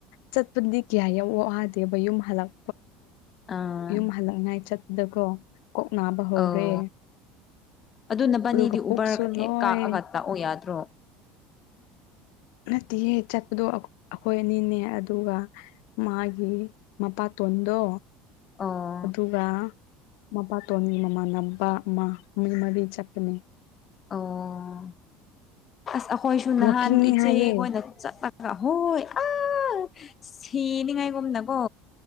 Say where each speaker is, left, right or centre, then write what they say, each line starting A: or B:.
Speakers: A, on the left; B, on the left.
A: ꯆꯠꯄꯗꯤ ꯀꯌꯥ ꯋꯥꯗꯦꯕ ꯌꯨꯝ ꯍꯜꯂꯛ
B: ꯑꯥ
A: ꯌꯨꯝ ꯍꯜꯂꯛꯅꯤꯉꯥꯏ ꯆꯠꯄꯗꯀꯣ ꯀꯣꯛ ꯅꯥꯕ ꯍꯧꯔꯦ
B: ꯑꯧ ꯑꯗꯨ ꯅꯕꯅꯤꯗꯤ
A: ꯑꯗꯨꯒ ꯄꯨꯛꯁꯨ
B: ꯎꯕꯔ ꯍꯦꯛ
A: ꯂꯣꯏ
B: ꯀꯥꯛꯑꯒ ꯂꯥꯛꯑꯣ ꯌꯥꯗ꯭ꯔꯣ
A: ꯅꯠꯇꯦꯌꯦ ꯆꯠꯕꯗꯣ ꯍꯣꯏ ꯑꯅꯤꯅꯦ ꯑꯗꯨꯒ ꯃꯥꯒꯤ ꯃꯄꯥꯇꯣꯟꯗꯣ
B: ꯑꯣ
A: ꯑꯗꯨꯒ ꯃꯄꯥꯇꯣꯟꯒꯤ ꯃꯃꯥꯟꯅꯕ ꯑꯃ ꯃꯤ ꯃꯔꯤ ꯆꯠꯄꯅꯦ
B: ꯑꯣ ꯑꯁ ꯑꯩꯈꯣꯏꯁꯨ ꯅꯍꯥꯟ
A: ꯋꯥꯛꯀꯤꯡꯅꯦ
B: ꯏꯆꯦꯈꯣꯏꯅ
A: ꯍꯥꯏꯌꯦ
B: ꯆꯠꯄꯒ ꯍꯣꯏ ꯑꯥ ꯁꯤꯅꯤꯉꯥꯏꯒꯨꯝꯅꯀꯣ